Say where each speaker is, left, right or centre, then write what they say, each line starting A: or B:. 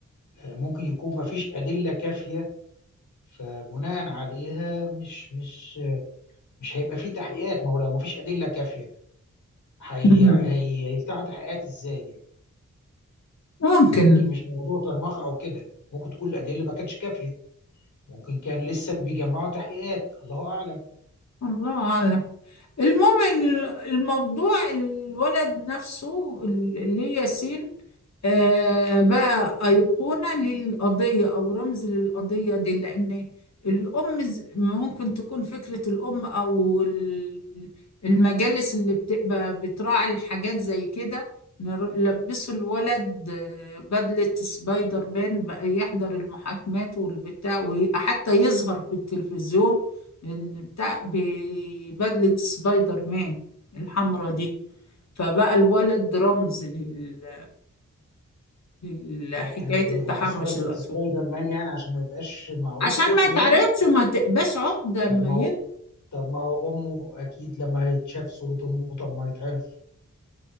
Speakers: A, on the left; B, on the left.
A: آه، ممكن يكون ما فيش أدلة كافية فبناء عليها مش مش مش هيبقى فيه تحقيقات ما هو لو ما فيش أدلة كافية هي
B: مم.
A: هي هيفتحوا تحقيقات ازاي يعني
B: ممكن
A: لكن مش موضوع طرمخة او كده ممكن تكون الأدلة ما كانتش كافية ممكن كان لسه بيجمعوا تحقيقات الله أعلم
B: الله اعلم المهم ال- الموضوع الولد نفسه ال- اللي هي ياسين آه، بقى أيقونة للقضية أو رمز للقضية دي لأن الأم ز- ممكن تكون فكرة الأم أو ال- المجالس اللي بتبقى بتراعي الحاجات زي كده نر- لبسوا الولد آه، بدلة سبايدر مان بقى يحضر المحاكمات والبتاع وحتى يظهر في التلفزيون اللي بتاع ببدلة سبايدر مان الحمرا دي فبقى الولد رمز لل... لحكاية
A: يعني ه- يلبسوه
B: التحرش
A: بدلة
B: الأطفال
A: سبايدر مان يعني عشان ما يبقاش معروف
B: عشان
A: صورته
B: ما تعرفش
A: يعني
B: وما تقباش عقدة اما
A: طب ما
B: يكبر
A: هو طب ما هو أمه أكيد لما هيتشاف صورة أمه طب ما هيتعرف